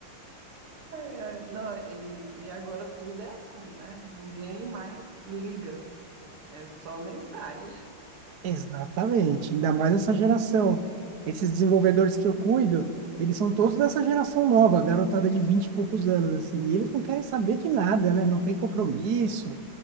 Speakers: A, on the right (about 90°); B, on the right (about 55°).
A: Ai, ai, não, e, e agora tudo é assim, né? Ninguém mais liga, é só mensagem.
B: Exatamente, ainda mais essa geração. Esses desenvolvedores que eu cuido, eles são todos dessa geração nova, garotada de 20 e poucos anos, assim, e eles não querem saber de nada, né? Não tem compromisso.